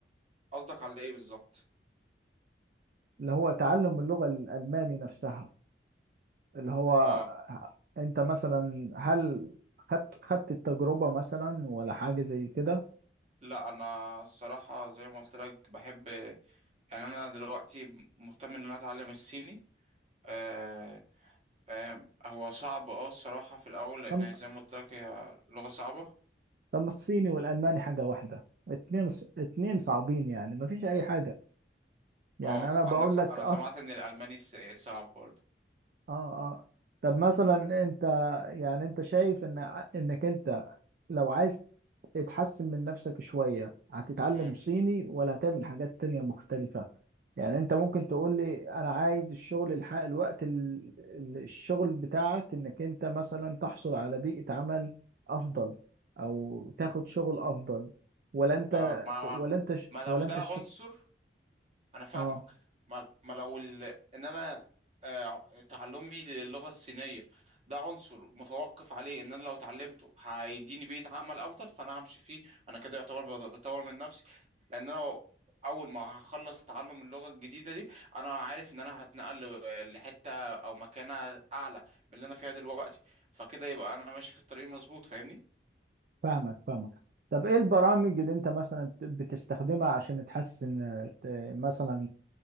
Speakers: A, on the right; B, on the right.
A: قصدك على ايه بالظبط
B: اللي هو تعلم اللغة الألماني نفسها اللي هو
A: اه
B: أنت مثلا هل خدت خدت التجربة مثلا ولا حاجة زي كده
A: لا انا الصراحه زي ما قلت لك بحب يعني انا دلوقتي مهتم ان انا اتعلم الصيني آه، فاهم هو صعب اه الصراحة في الأول لأن
B: طب
A: هي زي ما قلت لك هي لغة صعبة
B: طب ما الصيني والالماني حاجه واحده اتنين اتنين صعبين يعني ما فيش اي حاجه يعني
A: اه
B: انا
A: عندك
B: بقول
A: حق
B: لك
A: أنا سمعت إن الألماني س- صعب برضه
B: اه اه طب مثلا انت يعني انت شايف ان انك انت لو عايز تحسن من نفسك شوية هتتعلم
A: مم.
B: صيني ولا هتعمل حاجات تانية مختلفة يعني انت ممكن تقول لي انا عايز الشغل الحق الوقت ال- ال- الشغل بتاعك انك انت مثلا تحصل على بيئة عمل افضل او تاخد شغل افضل ولا انت
A: اه ما
B: ولا انت ش-
A: ما لو
B: ولا
A: ده
B: انت الشغل
A: عنصر انا فاهمك
B: اه
A: ما ما لو ال... ان انا آه، تعلمي للغة الصينية ده عنصر متوقف عليه ان انا لو اتعلمته هيديني بيئة عمل افضل فانا همشي فيه انا كده يعتبر بط- بطور من نفسي لان انا اول ما هخلص تعلم اللغة الجديدة دي انا عارف ان انا هتنقل ل- لحتة او مكانة اعلى من اللي انا فيها دلوقتي فكده يبقى انا ماشي في الطريق مظبوط فاهمني
B: فاهمك فاهمك طب ايه البرامج اللي انت مثلا بتستخدمها عشان تحسن ت- مثلا